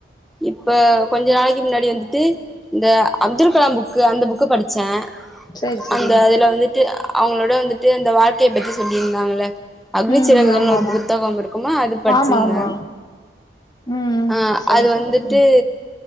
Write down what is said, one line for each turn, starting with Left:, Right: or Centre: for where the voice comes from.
Centre: இப்ப கொஞ்ச நாளைக்கு முன்னாடி வந்துட்டு இந்த அப்துல் கலாம் புக்கு அந்த புக்கு படிச்சே
Left: சரி சரி
Centre: அந்த அதுல வந்துட்டு அவங்களோட வந்துட்டு அந்த வாழ்க்கையப் பத்தி சொல்லியிருந்தாங்கள அக்னி
Left: ம்
Centre: சிறகுகள்னு
Left: ஆமா
Centre: ஒரு
Left: ஆமா
Centre: புத்தகம் இருக்குமா அது படிச்சிருந்தே
Left: ஆமா ஆமா ம்
Centre: ஆ
Left: சரி
Centre: அது
Left: சரி
Centre: வந்துட்டு
Left: சரி